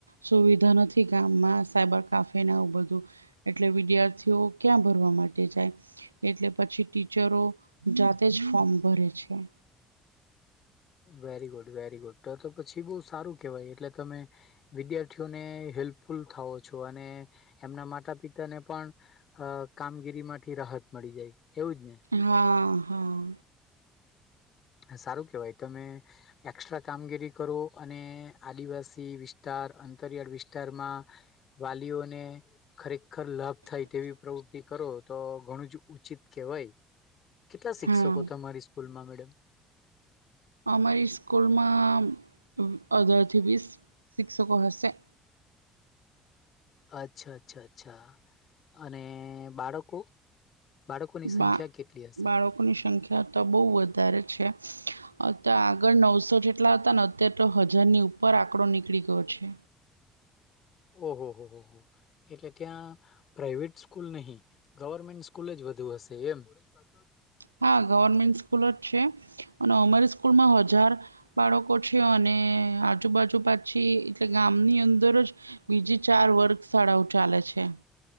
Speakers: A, on the right; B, on the left.
A: સુવિધા નથી ગામમાં સાયબર કાફેને આવું બધું. એટલે વિદ્યાર્થીઓ ક્યાં ભરવા માટે જાય? એટલે પછી ટીચરો જાતે જ ફોર્મ ભરે છે.
B: વેરી ગુડ વેરી ગુડ તો તો પછી બહુ સારું કેહેવાય એટલે તમે વિદ્યાર્થીઓને હેલ્પફુલ થાવો છો અને, એમના માતા પિતાને પણ અ કામગીરી માંથી રાહત મળી જાય એવું જ ને?
A: હા હા.
B: સારું કેવાય તમે એકક્સ્ટ્રા કામગીરી કરો અને આદિવાસી વિસ્તાર અંતરિયાળ વિસ્તારમાં વાલીઓને ખરેખર લાભ થાય તેવી પ્રવૃતિ કરો તો ઘણું જ ઉચિત કેહેવાય. કેટલા શિક્ષકો
A: હા
B: તમારી સ્કૂલમાં મેડમ?
A: અમારી સ્કૂલમાં અઢારથી વીસ શિક્ષકો હશે.
B: અચ્છા અચ્છા અચ્છા, અને બાળકો? બાળકોની સંખ્યા
A: બા
B: કેટલી હશે
A: બાળકોની સંખ્યા તો બહુ વધારે છે. અ તો આગળ નવસો જેટલા હતા ને અત્યારે તો હજારની ઉપર આંકડો નીકળી ગયો છે.
B: ઓ હો હો હો. એટલે ત્યાં પ્રાાઈવેટ સ્કૂલ નહીં, ગવર્મેન્ટ સ્કૂલ જ વધુ હશે એમ. <unintelligible>
A: હા ગવર્મેન્ટ સ્કૂલ જ છે, અને અમરી સ્કૂલમાં હજાર બાળકો છે અને આજુબાજુ પાછી એટલે ગામની અંદર જ બીજી ચાર વર્ગ શાળાઓ ચાલે છે.